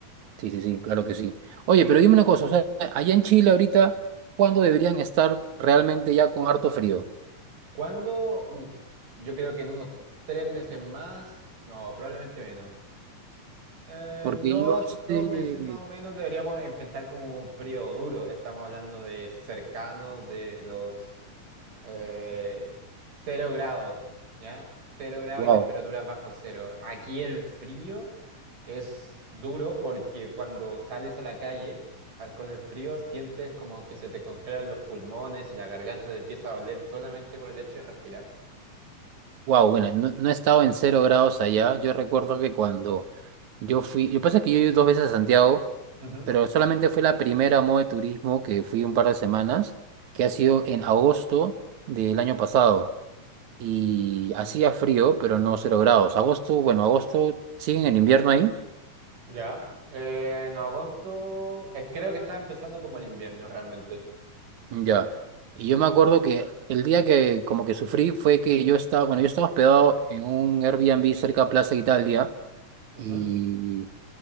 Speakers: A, on the right; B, on the right.
A: Sí, sí, sí, claro que sí. Oye, pero dime una cosa, o sea, allá en Chile ahorita, ¿cuándo deberían estar realmente ya con harto frío?
B: ¿Cuándo? Uf, yo creo que en unos tres meses más, no, probablemente menos. En
A: Porque
B: dos,
A: yo, este,
B: dos meses más o menos deberíamos enfrentar como un frío duro. Estamos hablando de cercanos de los eh, cero grados, ¿ya? Cero grados
A: wow,
B: y temperaturas bajo cero. Aquí el frío es duro porque cuando sales a la calle a- con el frío sientes como que se te congelan los pulmones y la garganta te empieza a doler solamente por el hecho de respirar.
A: wow, bueno, no, no he estado en cero grados allá. Yo recuerdo que cuando yo fui, lo que pasa es que yo he ido dos veces a Santiago,
B: Ujú,
A: pero solamente fue la primera modo de turismo que fui un par de semanas, que ha sido en agosto del año pasado. Y hacía frío, pero no cero grados. Agosto, bueno, agosto siguen en invierno ahí.
B: Ya. Eh, en agosto, eh, creo que está empezando como el invierno realmente.
A: Ya. Y yo me acuerdo que el día que como que sufrí fue que yo estaba, bueno, yo estaba hospedado en un Airbnb cerca de Plaza Italia
B: Ujú,
A: y